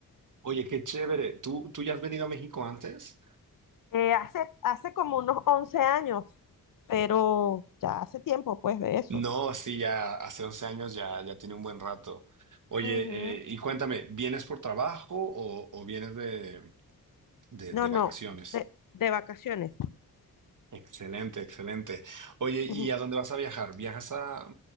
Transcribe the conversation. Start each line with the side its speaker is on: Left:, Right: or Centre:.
Right: Oye, qué chévere. ¿Tú, tú ya has venido a México antes?
Left: Eh, hace, hace como unos 11 años, pero ya hace tiempo, pues, de eso.
Right: No, sí, ya hace 11 años, ya, ya tiene un buen rato. Oye,
Left: Ujú.
Right: eh, y cuéntame, ¿vienes por trabajo o, o vienes de, de-
Left: No,
Right: de vacaciones?
Left: no, de, de vacaciones.
Right: Excelente, excelente. Oye, ¿y
Left: Ujú.
Right: a dónde vas a viajar? ¿Viajas a,